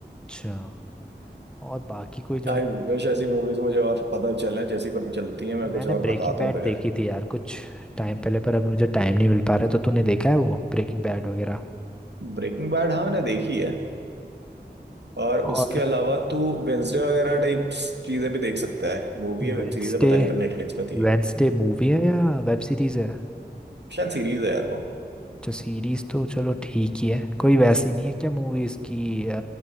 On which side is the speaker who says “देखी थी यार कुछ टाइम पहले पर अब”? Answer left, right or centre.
Centre